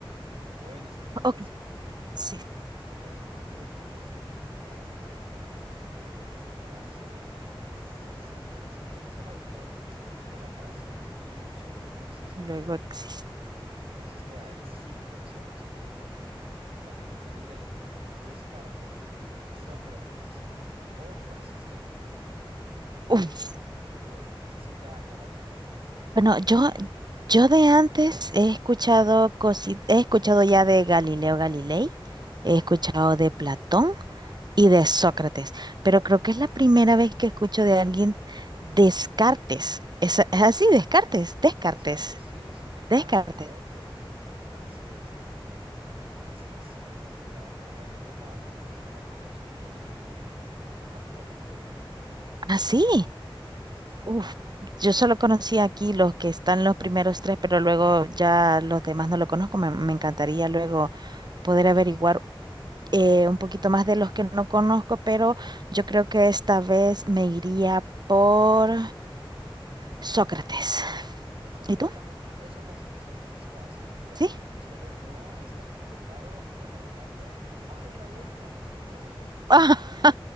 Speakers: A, on the right; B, on the right.
A: Bueno, seguimos con
B: Ok,
A: la segunda.
B: sí,
A: Esta ya es más de filosofía y te pregunta por una frase precisa que dice, ¿quién es el autor de la frase pienso, luego existo?
B: luego existe.
A: Entonces te da ahí cinco opciones: Platón, Galileo Galilei, Descartes, Sócrates o Francis Bacon.
B: Uf.
A: Entonces, bueno, esa sí ya, ya la tengo. Yo creo que en esa
B: Bueno,
A: sí no
B: yo,
A: fallo.
B: yo de antes he escuchado cosi- he escuchado ya de Galileo Galilei,
A: Ujú.
B: he escuchado de Platón y de Sócrates, pero creo que es la primera vez que escucho de alguien Descartes. ¿Es, es así, Descartes, Descartes,
A: Descartes, sí, sí, Descartes,
B: Descartes.
A: ¿no? Que es del, del francés, ¿no? Entonces, sí, Descartes, René Descartes, ¿no? Él era filósofo y, y matemático también, ¿no?
B: Así.
A: Sí, sí, sí.
B: Uf, yo solo conocí aquí los que están los primeros tres, pero luego ya los demás no lo conozco. Me, me encantaría luego poder averiguar eh, un poquito más de los que no conozco, pero yo creo que esta vez me iría por Sócrates.
A: Por Sócrates.
B: ¿Y tú?
A: Yo también, esa frase es de Sócrates, casi indudablemente.
B: ¿Sí?
A: Espero no estar equivocado, voy a revelarlo. ¡Ay, era de Descartes! ¡Ah!
B: <laughs>
A: Claro,